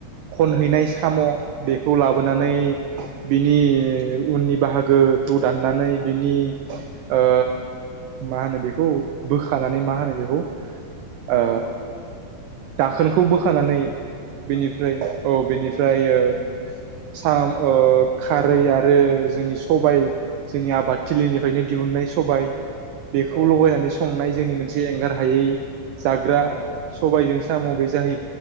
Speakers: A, on the right; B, on the right.
A: खनहैनाय
B: औ
A: साम' बेखौ लाबोनानै
B: औ
A: बिनि उननि बाहागोखौ दाननानै बिनि ओ मा होनो बेखौ बोखानानै मा होनो बेखौ
B: औ
A: ओ दाखोनखौ बोखानानै बेनिफ्राय औ बेनिफ्राय यो साम ओ खारै आरो जोंनि सबाय जोंनि आबाद थिलिनिफ्रायनो दिहुननाय सबाय बेखौ
B: औ
A: लगायनानै संनाय जोंनि मोनसे एंगार हायै जाग्रा
B: औ औ
A: सबायजों साम' बे जाहै